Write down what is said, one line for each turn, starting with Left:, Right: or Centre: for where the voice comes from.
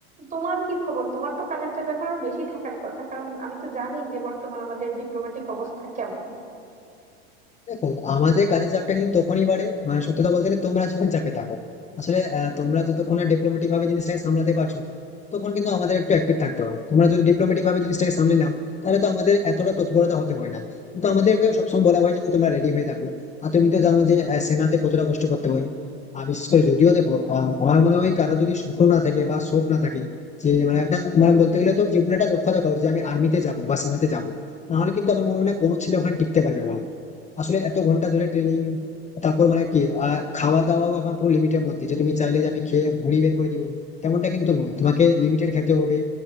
Right: তোমার কি খবর তোমার তো কাজের চাপ এখন আরো বেশি থাকার কথা কারণ আমি তো জানি যে বর্তমান আমাদের ডিপ্লোম্যাটিক অবস্থা কেমন
Left: দেখো আমাদের কাজের চাপটা কিন্তু তখনই বাড়ে মানে সত্যি কথা বলতে গেলে তোমরা যখন চাপে থাকো আসলে আহ, তোমরা যতক্ষণ ডিপ্লোমেটিক ভাবে জিনিসটাকে সামলাতে পারছো তখন কিন্তু আমাদের একটু অ্যাক্টিভ থাকতে হবে তোমরা যদি ডিপ্লোমেটিক ভাবে জিনিসটাকে সামলে নাও তাহলে তো আমাদের এতটা তৎপরতা হতে হয় না কিন্তু আমাদেরকে সবসময় বলা হয় যে তোমরা রেডি হয়ে থাকো আর তুমি তো জানো যে আহ, সেনাতে কতটা কষ্ট করতে হয় আর বিশেষ করে যদিও দেখো আহ, আমার মনে হয় কারো যদি স্বপ্ন না থাকে বা শখ না থাকে যে মানে একটা মানে বলতে গেলে তো জীবনে একটা লক্ষ্য থাকা উচিত যে আমি আর্মিতে যাবো বা সেনাতে যাবো নাহলে কিন্তু আমার মনে হয় না কোনো ছেলে ওখানে টিকতে পারবে বলে আসলে এত ঘন্টা ধরে ট্রেনিং তারপর মানে কি আহ, খাওয়া দাওয়াও আমার পুরো লিমিটের মধ্যে যে তুমি চাইলে যে আমি খেয়ে ভুঁড়ি বের করে দিব তেমনটা কিন্তু নয় তোমাকে লিমিটেড খেতে হবে